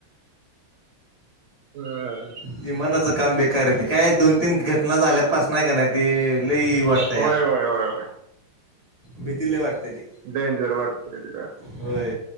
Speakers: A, on the right; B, on the right.
A: हम,
B: विमानाचं काम बेकार आहे ते काय दोन तीन घटना झाल्यापासुन का नाही ते लई वाढताया
A: होय होय होय होय
B: भिती लई वाटतंय ते
A: डेंजर वाटतंय
B: होय